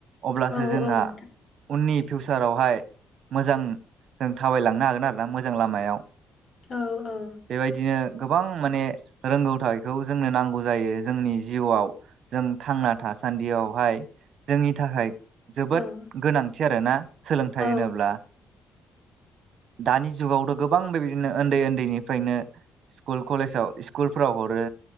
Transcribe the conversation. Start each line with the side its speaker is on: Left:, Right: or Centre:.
Right: अब्लासो
Left: औ
Right: जोंहा
Left: औ नोंथां
Right: उननि फिउचारावहाय मोजां जों थाबायलांनो हागोन आरो ना मोजां लामायाव।
Left: औ औ
Right: बेबायदिनो गोबां माने रोंगौथखौ जोंनो नांगौ जायो जोंनि जिउआव जों थांना थासान्दियावहाय जोंनि थाखाय जोबोद
Left: औ
Right: गोनांथि आरोना सोलोंथाइ
Left: औ
Right: होनोब्ला दानि जुगावथ गोबां बेबायदिनो उन्दै उन्दैनिफ्रायनो स्कुल कलेजाव स्कुलफ्राव हरो